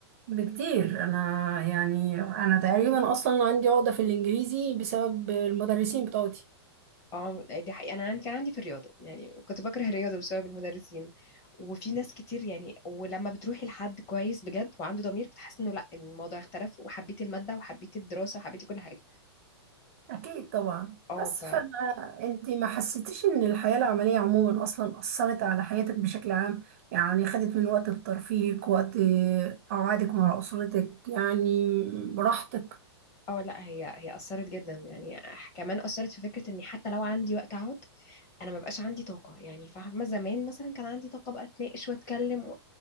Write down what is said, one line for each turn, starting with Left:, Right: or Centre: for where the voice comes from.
Right: بكتير انا يعني انا تقريبا اصلا عندي عقدة في الانجليزي بسبب المدرسين بتوعي
Left: اه دي حقيقة انا عندي كان عندي في الرياضة يعني كنت بكره الرياضة بسبب المدرسين وفي ناس كتير يعني ولما بتروحي لحد كويس بجد وعنده ضمير بتحس انه لا الموضوع اختلف وحبيتي المادة وحبيتي الدراسة وحبيتي كل حاجة
Right: أكيد طبعا
Left: اه
Right: بس
Left: ف
Right: فأنا أنت ما حسيتيش إن الحياة العملية عموما أصلا أثرت على حياتك بشكل عام يعني خدت من وقت ترفيهك وقت آه، قعدك مع أسرتك يعني راحتك
Left: اه لا هي هي اثرت جدا يعني كمان اثرت في فكرة اني حتى لو عندي وقت اقعد انا ما بقاش عندي طاقه يعني فاهمه زمان مثلا كان عندي طاقه بقى اتناقش واتكلم و...